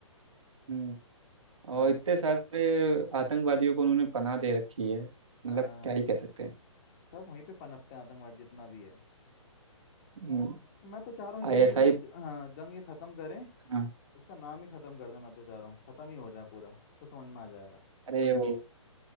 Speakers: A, on the right; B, on the left.
A: हम्म
B: हाँ
A: और इतने सारे आतंकवादियों को उन्होंने पनाह दे रखी है मतलब
B: हाँ हाँ
A: क्या ही कह सकते हैं
B: सब वहीं पे पनपते हैं आतंकवाद जितना भी है
A: हम्म,
B: मैं तो चाह रहा हूँ जल्दी
A: आईएसआई
B: से ज, हाँ जंग ये खत्म करें
A: हाँ
B: इसका नाम ही खत्म कर दें मैं तो चाह रहा हूँ खत्म ही हो जाए पूरा तो समझ में आ जाएगा
A: अरे वो